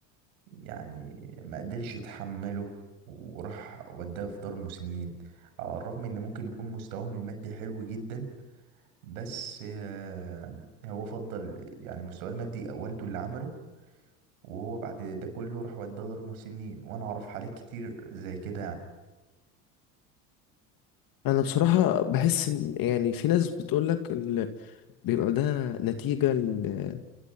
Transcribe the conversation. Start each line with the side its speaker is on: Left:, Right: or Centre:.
Right: يعني ما قدرش يتحمله وراح وداه في دار مسنين على الرغم ان ممكن يكون مستواهم المادي حلو جدا بس آه، هو فضل يعني مستواه المادي والده اللي عمله وهو بعد ده كله راح وداه دار مسنين وانا اعرف حالات كتير زي كده يعني
Left: انا بصراحه بحس ان يعني في ناس بتقول لك بيبقى ده نتيجه ل-